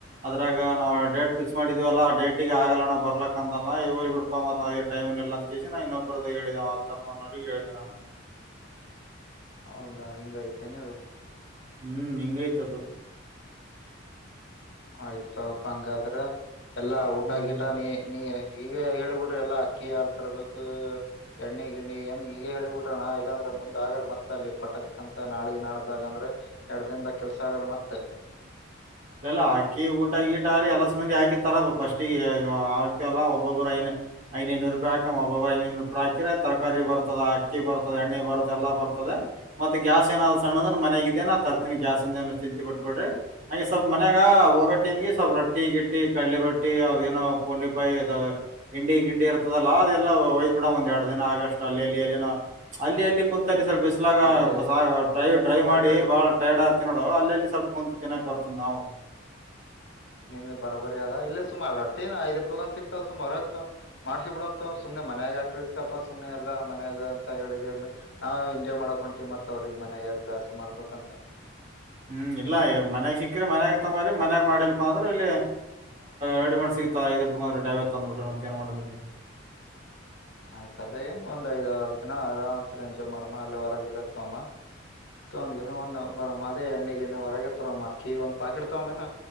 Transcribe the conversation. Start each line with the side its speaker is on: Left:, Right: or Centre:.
Right: ಅದ್ರಾಗ ನಾವು ಡೇಟ್ ಫಿಕ್ಸ್ ಮಾಡಿದ್ವಲ್ಲ ಆ ೇಟ ಿಗೆ ಆಗಲ್ಲಣ ಬರ್ಲಕ್ಕ ಅಲ್ಲಿ ಬಿಡ್ಪ ಮ ಟೈಮ್ ಎಲ್ಲ ಅಂತ ಕೇಳಸ ನಾ ಇೊಬರದ ಹೇಳಿದೆೇ ಅಲ್ತಾಫೋನ್ ಮಾಡೋಿ ಕ ಹೇಳಿದೆ ನಾನು
Left: ಹೌದಾ ಹಿಂಗಐ್ತ ನೆ ಅದ
Right: ಹ್ಮ್ ನಿಂಗೈ್ತದ
Left: ಆಯ್ತಪ್ಪ ಹಂಗಾದ್ರ ಎಲ್ಲಾ ಊಟ
Right: ಹ್ಮ್
Left: ಗಿಟ ನೀ ನೀ ಈಗ ಹೇಳಿಬಿಟ್ರಿ ಎಲ್ಲಾ ಅಕ್ಕಿ ಯಾರ್ ತರಬೇಕು ಎಣ್ಣಿ ಗಿಣ್ಣಿ ಏನ್ ಈಗ ಹೇಳಿಬಿಟ್ರಣ್ಣ ಇಲ್ಲಾಂದ್ರ ಮುಂದ್ ಆಗಲ್ ಮತ್ತೆ ಅಲ್ಲಿ ಫಟಕ್ ಅಂತ ನಾಳಿ ನಾಡ್ದಾಗ ಅಂದ್ರ ಎರಡ್ ದಿನದಾಗ ಕೆಲ್ಸ ಆಗಲ್ ಮತ್ತೆ <unintelligible>
Right: ಎಲ್ಲಾ ಹಾಕಿ ಊಟಗ ಈಟ ಆಗಿ ಎಲ್ಲ ಸ ಮಂದಿ ಹಾಕಿತಾರ ಫಸ್ಟಿಗೆ ಆಗ್ತತಿಲ್ಲ ಒಬ್ಬೊಬ್ಬರು ಏನ ದ್ೈದುನೂರು ರೂಪಾಯಿಾಕ ಒಬ್ಬ ಐನೂರು ರೂಪಾಯಿ ಅಕಿದ್ರೆರ ತರಾರಿ ಬರ್ತದ ಅಕ್ಕಿ ಬರ್ತದ ಎಣ್ಣೆ ಬರುತ್ತ ಎಲ್ಲ ಬರ್ತದೆ ಮತ್ತೆ ಗ್ಯಾಸ್ ಏನಾದ್ ಸಣ್ಣದ ಮನೆಗ ಇದೇ ನ ತರ್ತೀನಿ ಗ್ಯಾಸ್ ಇಂದ ಏ ಚಿಂತಿ ಬಿಟ್ಬ ಬಿಡ್ರಿ ಹಾಗೆ ಸ್ವಲ್ಪ ಮನ್ಯಾಗ ಹೋಗೋ ಟೀಮ್ಗೆ ಸ್ವಲ್ಪ ರೊಿ ಗಿಟ್ಟಿ ಕಡ್ಲೆ ರೊಟ್ಟಿ ಅ ಏನೋ ಪೂಂಡಿ ಪಾಯಿ ಅದಾವ ಗಿಂಡಿ ಗಿಂಡಿ ಇರ್ತದಲ್ಲ ಅದೆಲ್ಲ ಒಯದ್ ಬಿಡ ಒಂದ್ ಎರಡು ದಿನ ಆಗಸ್ಟ್ ಅಲ್ಲಿಲ್ಲಿ ಅಲ್ಲಿನೋ ಅಲ್ಲಿ ಅಲ್ಲಿ ಕ ಕು ಸ್ಲ್ ಬಿಸ್ಲಾಗ
Left: ಅದೇ
Right: ಬ ಡ್ರೈ್ ಡ್ರೈ್
Left: ತಡಿ
Right: ಮಾಡಿ
Left: ತಡಿ
Right: ಬಾಳ ಟೈರ್ಡ್ ಆರ್ತತಿ ನೋಡು ಅಲ್ಲಿ ಸ್ವಲ್ಪ ಕುತ್ು ತಿನ್ನಕ್ ಬರ್ತ್ತ ತ್ತ ನವು
Left: ನಿಂದ ಬರಾಬರಿ ಅದ ಇಲ್ಲ ಸುಮ್ ರಟ್ಟೆ ಐದ್ ರೂಪಾಯಿ ಒಂದ ಸಿಕ್ತಾವ ಸುಮ ಹೊರ ಆಗ್ತಾವ ಮಾಡ್ಸಿ ಬಿಡ ಅಂತ ಸುಮನೆ ಮನ್ಯಾಗಾ ಕ್ರಿಸ್ಕಪ್ಪಾ ಸುಮನೆ ಎಲ್ಲ ಮನ್ಯಾಗ ಅಂತ ಹೇಳಿ್ರ ನಾವು ಎಂಜಾಯ್ ಮಾಡಕೊಂತೀವಿ ಮತ್ತತ್ ಅವ್ರಿಗೆ ಮನ್ಯಾಗ ಬ್ಯಾಸರ್ ಮಾಡ್ಕೊತಂತ
Right: ಹ್ಮ್ ಇಲ್ಲ ಮನ್ಯಾಗ ಸಿಿಕ್ರರಿ ಮನ್ಯಾಗ ತೊಂಬರ ಮನ್ಯಾಗ ಮಾಡಿಲ್ಪ ಅಂದ್ರೆ ಇಲ್ಲಿ ರೆಡಿ ಮಾಡ ಸಿ ಐರ್ು ಅಂದ್ರ ಟೈವ ತಂದ್ ಬಿ್ರೆ ಮತ್ತೇಏನ್ ಮಾಡ್ರರಿ
Left: <unintelligible> ಆಯ್ತ ಅದ ಹೆಂಗ್ ಒಂದ್ ಐದ್ ಆರ್ ದಿನ ಆರಾಮ್ಸರ ಎಂಜಾಯ್ ಮಾಡಮ್ಮ ಅಲ್ಲೇ ಹೊರಗೆ ಇರಕ್ತಮ್ಮ ತೊಂದ ಗಿರ ಒಂದ್ ಬರಮ್ಮ ಅದೇ ಎಣ್ಣೆ ಗಿಣ್ಣೆ ಹೊರಗೆ ತರಮ್ಮ ಅಕ್ಕಿ ಒಂದ್ ಪಾಕೆಟ್ ತಗ ಮನ